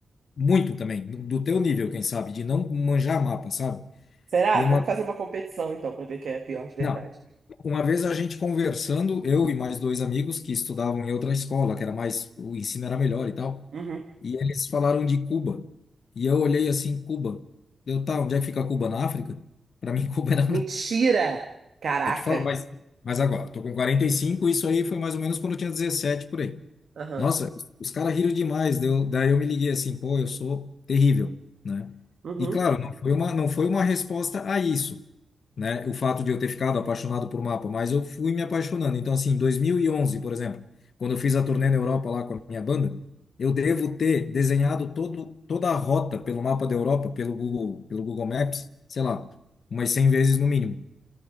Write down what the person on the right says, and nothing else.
Será?
Vamos fazer uma competição então, pra ver quem é pior de verdade.
Uhum.
Mentira! Caraca!
Aham.
Uhum.